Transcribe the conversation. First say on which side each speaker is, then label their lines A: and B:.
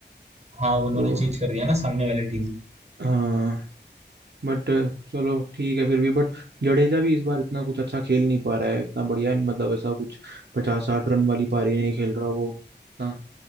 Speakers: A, on the right; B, on the right.
A: हाँ उन्होंने
B: तो
A: चेंज कर दिया ना सामने वाली टीम
B: हाँ बट चलो ठीक है फिर भी बट जडेजा भी इस बार इतना कुछ अच्छा खेल नहीं पा रहा है इतना बढ़िया नहीं मतलब ऐसा कुछ पचास साठ रन वाली पारी नहीं खेल रहा वो ना